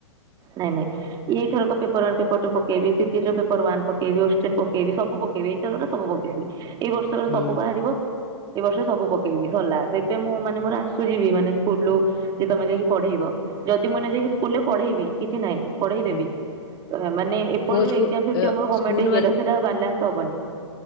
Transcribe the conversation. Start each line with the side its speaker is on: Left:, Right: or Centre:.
Right: ନାଇଁ ନାଇଁ ଏଇଥରକ ପେପର୍ ୱାନ୍ ପେପର୍ ଟୁ ପ କେ ବି ଶିକିଚ ପେପର୍ ୱାନ୍ ପକେଇବ। ଓଷ୍ଟେଡ ପକେଇବି ସବୁ ପକେଇବି। ଏଇ ଥର ଟା ସବୁ ପକେଇବି। ଏଇ ବର୍ଷରେ
Left: ହୁଁ
Right: ସବୁ ବାହାରିବ। ଏ ବର୍ଷ ସବୁ ପକେଇବି ସରିଲା। ସେଇଥିପାଇଁ ମୁଁ ମାନେ ମୋର ଆସୁଚି ବି ମାନେ ସ୍କୁଲ୍ ରୁୁ ଯେ ତୋମେ ଯାଇକି ପଢେଇ ବ-ଯଦି ମୁଁ ଏଇନା ଯାଇକି ସ୍କୁଲ୍ ରେ ପଢେଇବି କିଛି ନାହିଁ ପଢେଇ ଦେବି।
Left: ହୁଁ
Right: ଅ, ମାନେ ଏପଟ
Left: କୋଉ
Right: ଯୋଉ
Left: ସ୍କୁ
Right: ଏକ୍ଜାମ୍ ଫେକ୍ଜାମ୍
Left: ଏ
Right: ଗମେଣ୍ଟ
Left: ସ୍କୁଲ
Right: ଇଏର ସେଟା ବାଲାନ୍ସ ହବନି।